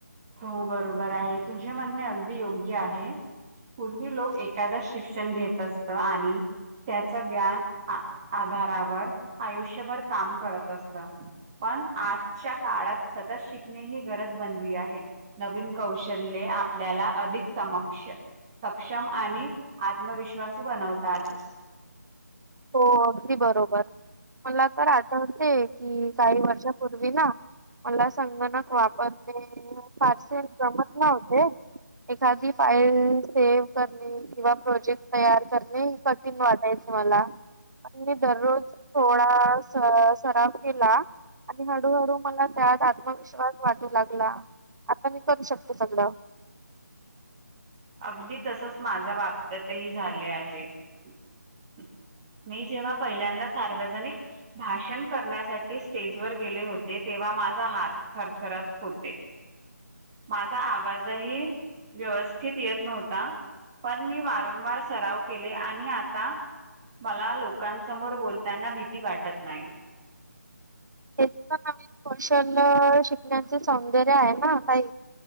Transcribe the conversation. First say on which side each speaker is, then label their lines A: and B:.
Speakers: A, on the right; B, on the right.
A: हो बरोबर आहे तुझे म्हणणे अगदी योग्य आहे. पूर्वी लोक एखादा शिक्षण घेत असत आणि त्याच ज्ञान आधारावर आयुष्यभर काम करत असत. पण आजच्या काळात सदच शिकणे ही गरज बनली आहे नवीन कौशल्य आपल्याला अधिक समक्ष सक्षम आणि आत्मविश्वास बनवतात
B: हो अगदी बरोबर मला तर आठवते कि काही वर्षापूर्वी ना मला संगणक वापरणे फारसे जमत नव्हते एखादी फाईल सेव्ह करणे किंवा प्रोजेक्ट तयार करणे कठीण वाटायचं मला आणि म दररोज सोळा सराव केला आणि हळूहळू मला त्यात आत्मविश्वास वाटू लागला आपण ही करू शकतो सगळं
A: अगदी तसच माझ्या बाबतीतही झाले आहे मी जेव्हा पहिल्यांदा सार्वजनिक भाषण करण्यासाठी स्टेजवर गेले होते तेव्हा माझा हात थरथरत होते माझा आवाजही व्यवस्थित येत नव्हता पण मी वारंवार सराव केले आणि आता मला लोकांसमोर बोलताना भीती वाटत नाही
B: इतक नवीन कौशल शिकण्याच सौंदर्य आहे ह काही